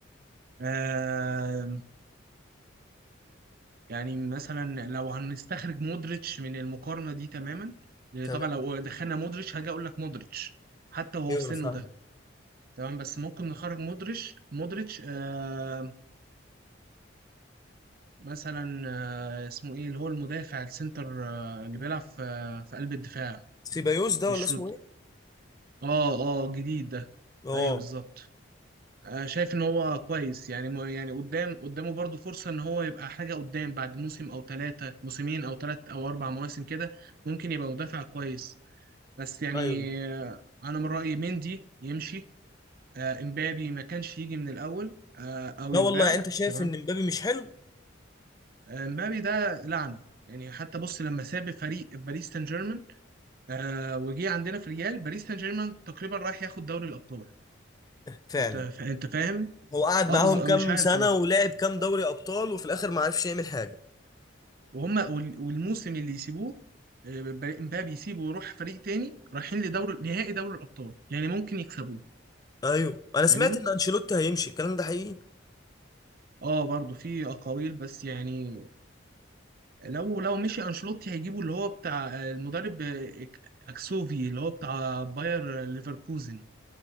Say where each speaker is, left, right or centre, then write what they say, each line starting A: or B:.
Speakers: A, on the right; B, on the left.
A: آه يعني مثلا لو هنستخرج مودريتش من المقارنة دي تماما لأن
B: تمام
A: طبعا لو دخلنا مودريتش هاجي اقول لك مودريتش حتى وهو
B: ايوه
A: في سنه
B: انا فاهم
A: ده تمام بس ممكن نخرج مودريتش مودريتش آه مثلا آه اسمه ايه اللي هو المدافع السنتر آه اللي بيلعب في, آه في قلب الدفاع
B: سيبايوس ده
A: مش
B: ولا اسمه
A: رود
B: ايه
A: اه اه جديد ده
B: اه
A: ايوه بالظبط آه شايف ان هو كويس يعني م- يعني قدام قدامه برضه فرصة ان هو يبقى حاجة قدام بعد موسم او ثلاثة موسمين او ثلاث او اربع مواسم كده ممكن يبقى مدافع كويس بس يعني
B: ايوه
A: آه، انا من رايي مندي يمشي آه، امبابي ما كانش يجي من الاول آه، او
B: لا
A: يتباع
B: والله يعني انت شايف
A: تمام
B: ان مبابي مش حلو
A: آه، امبابي ده لعنه يعني حتى بص لما ساب فريق باريس سان جيرمان آه، وجي عندنا في ريال باريس سان جيرمان تقريبا رايح ياخد دوري الابطال
B: فعلا
A: انت فا- انت فاهم
B: هو قعد
A: اه
B: معاهم
A: بز... آه،
B: كام
A: مش عارف
B: سنه
A: والله
B: ولعب كام دوري ابطال وفي الاخر ما عرفش يعمل حاجه
A: وهم وال- والموسم اللي يسيبوه آه، ب- امبابي يسيبه ويروح فريق تاني رايحين لدوري نهائي دوري الابطال يعني ممكن يكسبوه
B: ايوه انا سمعت
A: فاهمني
B: ان انشيلوتي هيمشي الكلام ده حقيقي
A: اه برضو في اقاويل بس يعني لو لو مشي انشيلوتي هيجيبوا اللي هو بتاع المدرب اكسوفي اللي هو بتاع باير ليفركوزن